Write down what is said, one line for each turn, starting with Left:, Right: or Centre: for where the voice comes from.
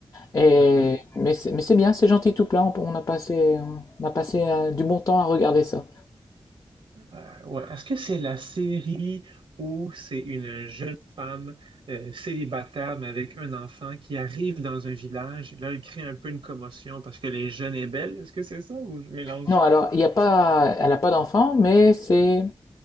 Left: Et
Right: OK.
Left: mais c'est mais c'est bien, c'est gentil tout plein. On, on a passé on a passé euh, du bon temps à regarder ça.
Right: Euh, ouais. Est-ce que c'est la série où c'est une jeune femme euh, célibataire, mais avec un enfant, qui arrive dans un village et là, elle crée un peu une commotion parce que les jeunes est belle? Est-ce que c'est ça ou je mélange?
Left: Non, alors il y a pas, elle a pas d'enfant, mais c'est